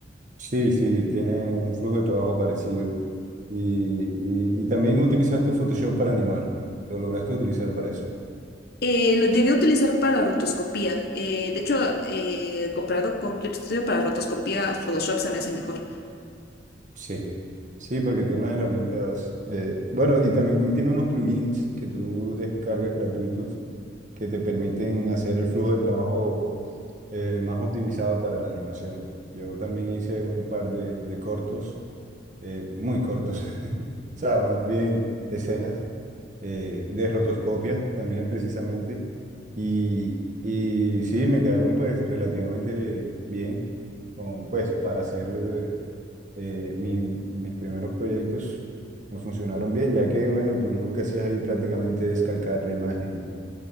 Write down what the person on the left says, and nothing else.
Eh, lo llegué a utilizar para rotoscopía. Eh, de hecho, eh, comparado con Clip Studio para rotoscopía, Photoshop se me hace mejor.